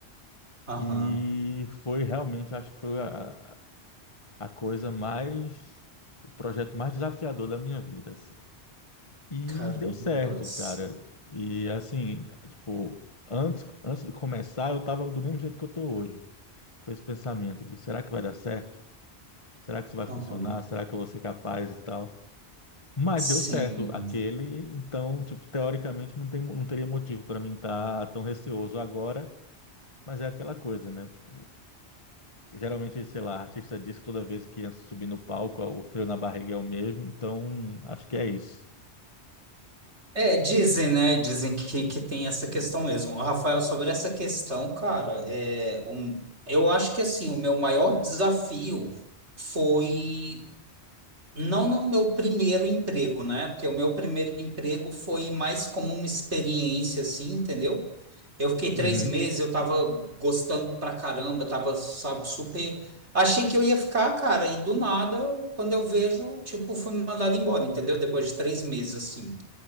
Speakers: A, on the right; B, on the left.
A: Aham.
B: E foi realmente, acho que foi a, a coisa mais, o projeto mais desafiador da minha vida. E
A: Carambas.
B: deu certo, cara. E assim, tipo, antes, antes de começar, eu tava do mesmo jeito que eu tô hoje, com esse pensamento de será que vai dar certo? Será que isso vai
A: Aham.
B: funcionar? Será que eu vou ser capaz e tal? Mas
A: Sim.
B: deu certo aquele, então, tipo, teoricamente não tem, não teria motivo para mim estar tão receoso agora, mas é aquela coisa, né? Tipo, geralmente, sei lá, artista diz que toda vez que ia subir no palco, o frio na barriga é o mesmo, então acho que é isso.
A: É, dizem, né? Dizem que, que tem essa questão mesmo. Rafael, sobre essa questão, cara, é, um, eu acho que assim, o meu maior desafio foi. Não no meu primeiro emprego, né? Porque o meu primeiro emprego foi mais como uma experiência, assim, entendeu? Eu fiquei três
B: Uhum.
A: meses, eu tava gostando pra caramba, tava, sabe, super. Achei que eu ia ficar, cara, e do nada, quando eu vejo, tipo, fui mandado embora, entendeu? Depois de três meses, assim.